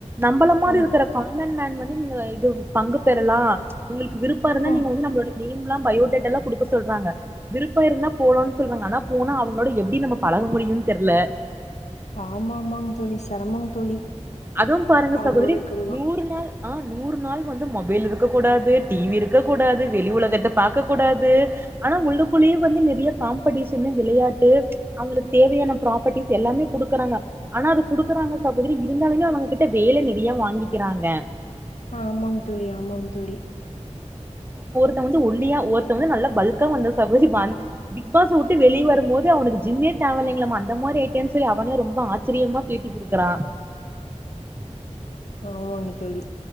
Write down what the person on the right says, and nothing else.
நம்பள மாதிரி
இருக்கிற காமன் மேன் வந்து நீங்க ஆஹ் இது பங்கு பெறலாம் உங்களுக்கு விருப்பம் இருந்தா
நீ வந்து நம்மளோட நேம் எல்லாம் பயோடேட்டா எல்லாம் குடுக்க சொல்றாங்க விருப்பம் இருந்தா போலோம்னு சொல்றாங்க ஆனா போனா அவுங்களோட எப்டி நம்ம பழக முடியும்னு தெர்ல
அதுவும் பாருங்க
சகோதரி
நூறு நாள் ஆஹ் நூறு நாள் வந்து மொபைல் இருக் கூடாது டிவி இருக்கக் கூடாது வெளி உலகத்தை பாக்க கூடாது ஆனா உள்ளுக்குள்ளேயே வந்து நெறைய காம்படிஷன் வெளையாட்டு அவுங்களுக்கு தேவையான ப்ராப்பரிஸ் எல்லாமே குடுக்குறாங்க ஆனா அது குடுக்கறாங்க சகோதரி இருந்தாலுமே அவுங்ககிட்ட வேலை நேறையா வாங்கிக்கிறாங்க
ஒருத்தன் வந்து ஒல்லியா ஒருத்தன் வந்து நல்ல பல்கா வந்து பிக் பாஸ் வுட்டு வெளியே வரும் போது அவனுக்கு ஜிம்மே தேவல்லையாமா ரொம்ப ஆச்சரியமா பேட்டிகுடுக்கறான்